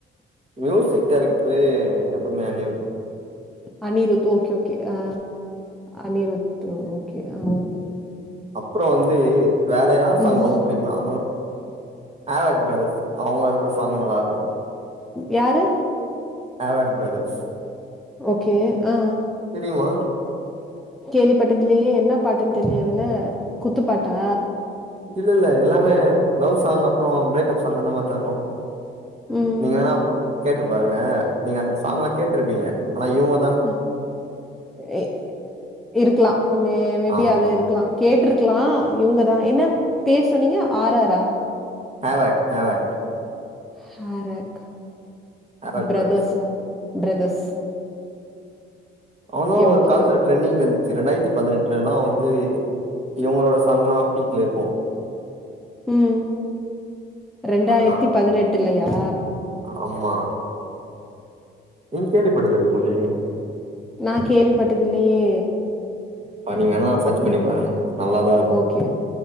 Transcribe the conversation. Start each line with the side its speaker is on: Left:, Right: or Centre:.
Right: ம்யூசிக் டேரக்ட்ரு எப்பமே அனிருத்
Centre: அனிருத் ஓகே ஓகே அ அனிருத் ஓகே அ
Right: அப்ற வந்து வேற யார் சாங்
Centre: ம்.
Right: ரொம்ப புடிக்குனா ஆவக் ப்ரதர்ஸ் அவங்களோட சாங் நல்லாருக்கு
Centre: யாரு
Right: ஆவக் ப்ரதர்ஸ்
Centre: ஓகே அ
Right: தெரியுமா
Centre: கேள்விப்பட்டதில்லயே என்ன பாட்டுன் தெரிலியே அதுல குத்து பாட்டா
Right: இல்லல்ல எல்லாமே லவ் சாங் அப்ற ப்ரேக்ப் சாங் அந்த மார்தா இருக்கு
Centre: ம்.
Right: நீங்க வேணா கேட்டு பாருங்க நீங்க அந்த சாங்லா கேட்ருப்பீங்க ஆனா இவுங்க
Centre: ம் எ இருக்கலா மே மேபி
Right: ஆமா
Centre: அது இருக் க்லா கேட்ருக்லா இவங்கதா என்ன பேர் சொன்னீங்க ஆராரா
Right: ஆவக் ஆவக்
Centre: ஹாரக்
Right: ஆவாக்
Centre: ப்ரதர்ஸா
Right: பிரதர்ஸ்
Centre: ப்ரதர்ஸ்
Right: அவுங்கதா ஒரு
Centre: ஓகே.
Right: கால் தர ட்ரென்டிங்ல இந்துச்சு ரெண்டாயிரத்து பதினெட்லலா வந்து இவுங்களோட சாங்தா பீக்ல இருக்கு
Centre: ம் ரெண்டாயிரத்தி
Right: அது நா
Centre: பதினெட்டுலயா
Right: ஆமா நீங் கேள்விப்பட்டதில்ல போலயே
Centre: நா கேள்விப்பட்டதில்லயே
Right: அத நீங்க வேணா சர்ச் பண்ணி பாருங்க நல்லாதா இருக்கு
Centre: ஓகே